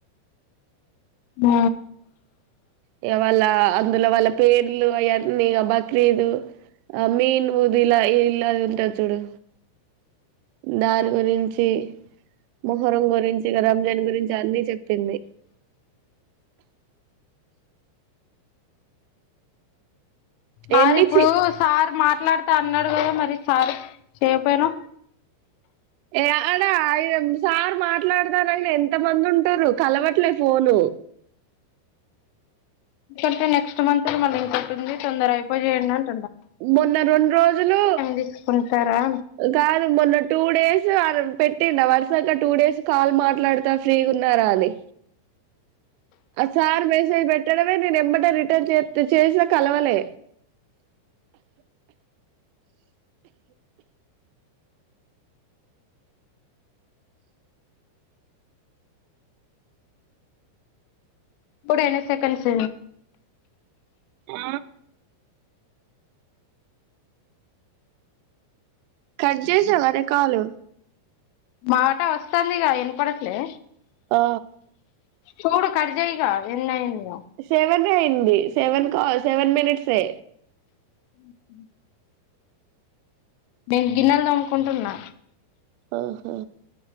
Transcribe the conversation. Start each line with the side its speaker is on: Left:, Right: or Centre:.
Left: ఆ
Right: ఇక వాళ్ళ అందులో వాళ్ళ పేర్లు అవన్నీ ఇక బక్రీదు ఆ మెన్ ఉది ఇలా ఇలాది ఉంటారు చూడు దాని గురించి మొహరం గురించి ఇక రంజాన్ గురించి అన్ని చెప్పింది
Left: మరి
Right: ఎన్ని
Left: ఇప్పుడు
Right: చి
Left: సార్ మా మాట్లాడితే అన్నాడు కద మరి సార్ చేయపోయినా
Right: ఏ అడ ఆయురం సార్ మాట్లాడతానని ఎంత మంది ఉంటారు కలవట్లే ఫోను
Left: ఇక నెక్స్ట్ మంత్ మళ్ళీ ఇంకంటుంది తొందర అయిపోయి చేయండి అ
Right: మొన్న రెండు రోజులు
Left: తీసుకుంటారా
Right: కాదు మొన్న టూ డేస్ పెట్టింద వరుసగా టూ డేస్ కాల్ మాట్లాడతా ఫ్రీ ఉన్నారా అని ఆ సార్ మెసేజ్ పెట్టడమే నేను ఎంమట రిటర్న్ చే చేసినా కలవలే
Left: ఇప్పుడు ఎన్ని సెకండ్స్
Right: ఆ కట్ చేసేవా కాల్
Left: మాట వస్తుందిక వినపడట్లే
Right: ఆ
Left: చూడు కట్జయిగా ఎన్న ఎన్న
Right: సెవెన్ అయింది సెవెన్ కాస్ సెవెన్ మనిట్స్ే
Left: అ మేము గిన్నెలు తోమ్ముకుంటున్నా
Right: ఆహా